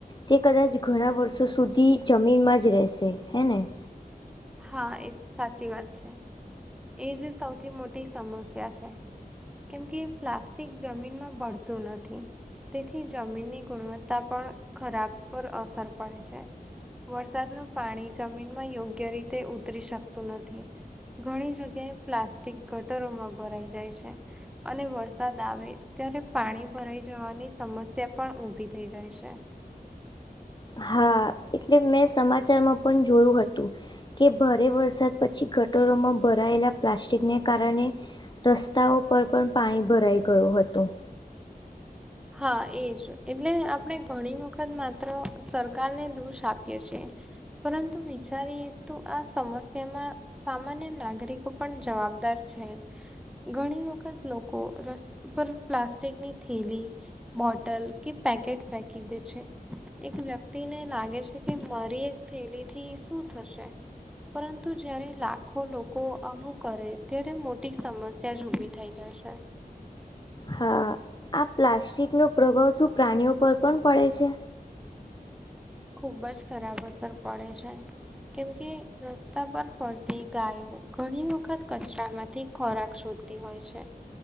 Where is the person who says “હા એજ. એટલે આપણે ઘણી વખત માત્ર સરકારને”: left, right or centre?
Centre